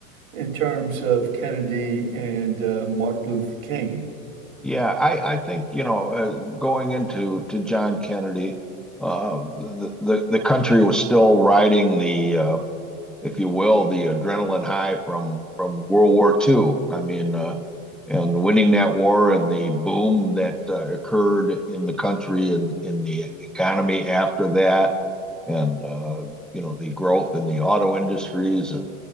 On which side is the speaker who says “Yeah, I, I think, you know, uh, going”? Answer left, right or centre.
Centre